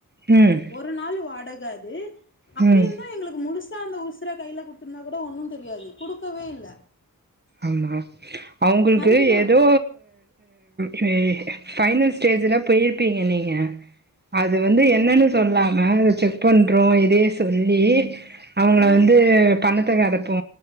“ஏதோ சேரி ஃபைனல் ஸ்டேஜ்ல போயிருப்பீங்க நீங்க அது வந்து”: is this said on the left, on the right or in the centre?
Right